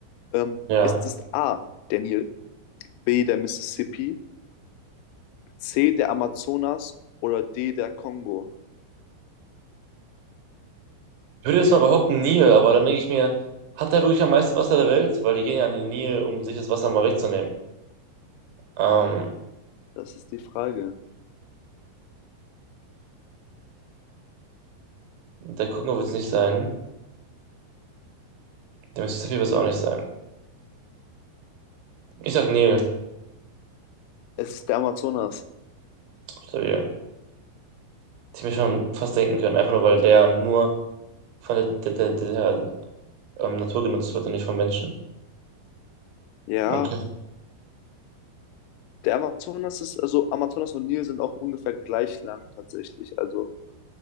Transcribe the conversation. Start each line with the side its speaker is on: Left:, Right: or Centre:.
Left: Ähm,
Right: Ja.
Left: ist es A, der Nil, B, der Mississippi, C, der Amazonas oder D, der Kongo?
Right: Ich würde jetzt mal behaupten, Nil, aber dann denke ich mir, hat der wirklich am meisten Wasser der Welt? Weil die gehen ja an den Nil, um sich das Wasser mal wegzunehmen. Ähm,
Left: Das ist die Frage.
Right: der Kongo wird es nicht sein. Der Mississippi wird es auch nicht sein. Ich sag Nil.
Left: Es ist der Amazonas.
Right: Stabil. Das hätte ich mir schon fast denken können, einfach nur, weil der nur von der, der, der, der ähm, Natur genutzt wird und nicht von Menschen.
Left: Ja,
Right: Okay.
Left: der Amazonas ist, also Amazonas und Nil sind auch ungefähr gleich lang tatsächlich. Also,